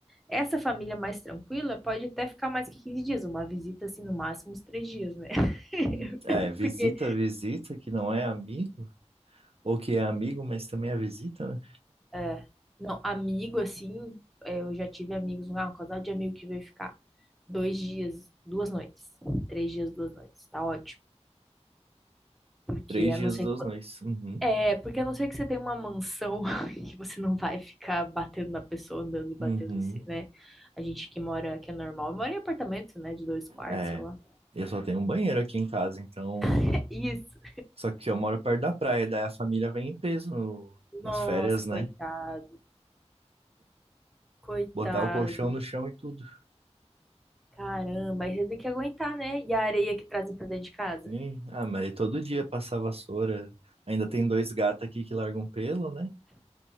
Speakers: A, in the centre; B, on the right.
A: essa família mais tranquila pode até ficar mais que 15 dias, uma visita assim, no máximo uns três dias, né? <laughs>
B: Hum, É, visita,
A: Porque
B: visita, que não é amigo, ou que é amigo, mas também é visita, né?
A: É. Não, amigo, assim, é, eu já tive amigos, um, ah, um casal de amigo que veio ficar dois dias, duas noites, três dias, duas noites, tá ótimo. Porque
B: Três
A: a
B: dias,
A: não ser
B: duas
A: que,
B: noites. Uhum,
A: é, porque a não ser que você tenha uma mansão <laughs> que você não vai ficar batendo na pessoa, andando e batendo
B: uhum.
A: em si, né? A gente que mora, que é normal, mora em apartamento, né, de dois quartos,
B: É,
A: sei lá.
B: eu só tenho um banheiro aqui em casa, então.
A: <laughs> isso.
B: Só que eu moro perto da praia, daí a família vem em peso no- nas
A: Nossa,
B: férias,
A: coitado,
B: né?
A: coitado.
B: Botar o colchão no chão e tudo.
A: Caramba, aí você tem que aguentar, né? E a areia que trazem pra dentro de casa?
B: Ih, ah, mas todo dia passar vassoura. Ainda tem dois gatos aqui que largam pelo, né?